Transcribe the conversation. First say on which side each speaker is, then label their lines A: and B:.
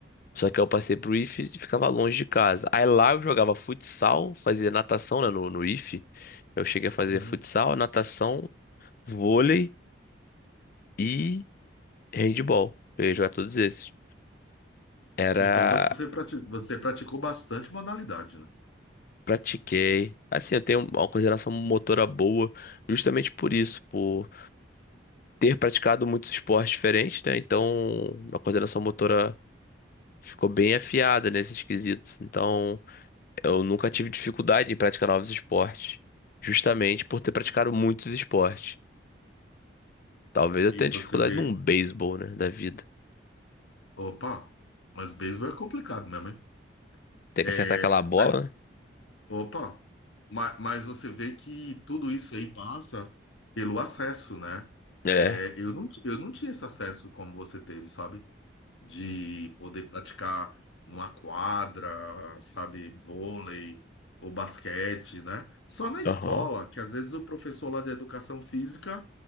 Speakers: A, on the left; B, on the left.
A: Só que eu passei pro ife e ficava longe de casa. Aí lá eu jogava futsal, fazia natação, né, no, no ife Eu cheguei a fazer
B: uhum.
A: futsal, natação, vôlei e handball. Eu ia jogar todos esses. Era,
B: Então você, prati- você praticou bastante modalidade, né?
A: pratiquei. Assim, eu tenho uma coordenação motora boa, justamente por isso, por ter praticado muitos esportes diferentes, né? Então, a coordenação motora ficou bem afiada nesses quesitos. Então, eu nunca tive dificuldade em praticar novos esportes, justamente por ter praticado muitos esportes. Talvez eu
B: E
A: tenha
B: você
A: dificuldade
B: vê,
A: num beisebol, né, da vida.
B: opa, mas beisebol é complicado mesmo, hein?
A: Tem
B: É,
A: que acertar aquela bola,
B: mas, opa, ma- mas, você vê que tudo isso aí passa pelo acesso, né?
A: né?
B: É,
A: É.
B: eu não, ti- eu não tinha esse acesso como você teve, sabe? de poder praticar numa quadra, sabe, vôlei ou basquete, né? Só na escola,
A: Aham.
B: que às vezes o professor lá de educação física